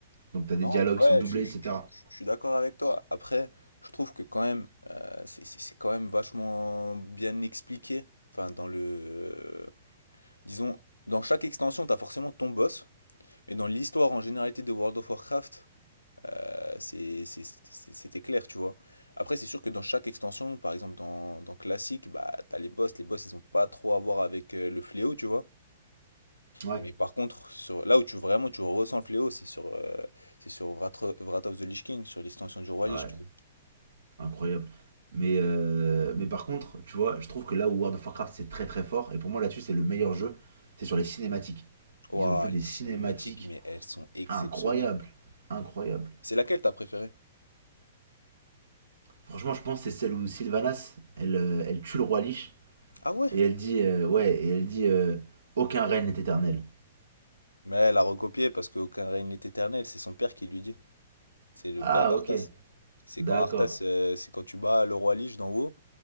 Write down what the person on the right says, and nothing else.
Donc t'as des
dialogues
qui sont doublés,
etc.
Ouais,
ouais.
Incroyable. Mais, euh, mais par contre, tu vois, je trouve que là où World of Warcraft c'est très très fort, et pour moi là-dessus c'est le meilleur jeu, c'est sur les cinématiques.
Ils ont fait des
cinématiques
incroyables, incroyables.
Franchement, je pense que c'est celle où Sylvanas, elle, euh, elle tue le roi Lich,
et elle dit, euh, ouais, et elle dit, euh, aucun règne n'est éternel.
Ah,
ok,
d'accord,